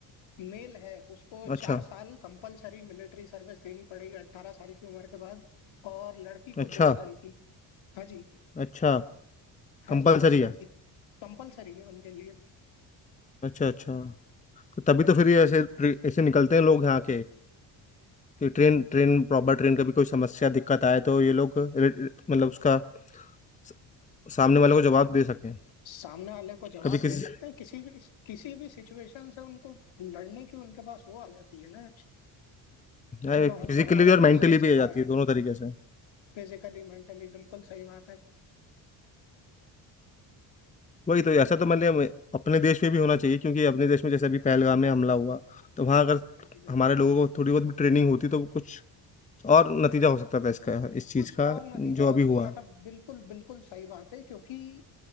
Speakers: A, on the left; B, on the left.
A: मेल है उसको
B: अच्छा
A: चार साल कंपलसरी मिलिट्री सर्विस देनी पड़ेगी अट्ठारह साल की उम्र के बाद और लड़की
B: अच्छा
A: को दो साल की हाँ जी
B: अच्छा
A: हाँ
B: कंपलसरी
A: जी हाँ जी हाँ
B: है
A: जी कंपलसरी है उनके लिए
B: अच्छा अच्छा तो तभी तो फिर ये ऐसे ऐसे निकलते हैं लोग यहाँ के कि ट्रेन ट्रेन प्रॉपर ट्रेन का भी कोई समस्या दिक्कत आए तो ये लोग रि- रि- मतलब उसका स- सामने वाले को जवाब दे सकें
A: सामने वाले को जवाब
B: कभी किसी
A: दे सकते हैं किसी भी किसी भी सिचुएशन से उनको लड़ने की उनके पास वो आ जाती है ना
B: फिजिकली
A: चलो हमको हमारे
B: भी और
A: देश
B: मेंटली
A: ने
B: भी
A: सिखाया
B: आ जाती
A: है
B: है दोनों तरीके से
A: फिजिकली मेंटली बिल्कुल सही बात
B: वही तो ऐसा तो मैंने अपने देश में भी होना चाहिए क्योंकि अपने देश में जैसे अभी पहलगाम में हमला हुआ तो वहाँ अगर
A: है
B: हमारे लोगों को थोड़ी बहुत भी ट्रेनिंग होती तो कुछ और नतीजा हो सकता था इसका इस चीज़
A: कुछ
B: का
A: और नतीजा
B: जो
A: हो
B: अभी
A: सकता
B: हुआ
A: था बिल्कुल बिल्कुल सही बात है क्योंकि